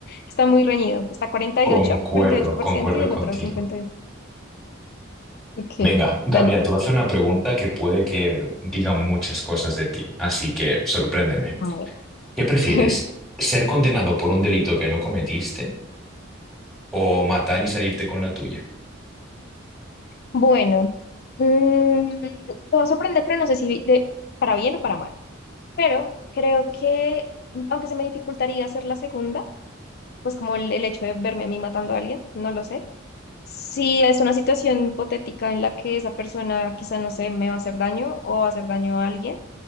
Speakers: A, on the left; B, in the centre.
A: está muy reñido. Está cuarenta
B: Concuerdo,
A: y ocho cuarenta y ocho por
B: concuerdo
A: ciento y el
B: contigo.
A: otro 51. Ok,
B: Venga, Gabriela,
A: dale.
B: te voy a hacer una pregunta que puede que diga muchas cosas de ti, así que sorpréndeme.
A: A ver.
B: ¿Qué prefieres?
A: <laughs>
B: ¿Ser condenado por un delito que no cometiste o matar y salirte con la tuya?
A: Bueno, mm, te va a sorprender, pero no sé si de- para bien o para mal. Pero creo que, mm, aunque se me dificultaría hacer la segunda, pues como el, el hecho de verme a mí matando a alguien, no lo sé. Si es una situación hipotética en la que esa persona quizá, no sé, me va a hacer daño o va a hacer daño a alguien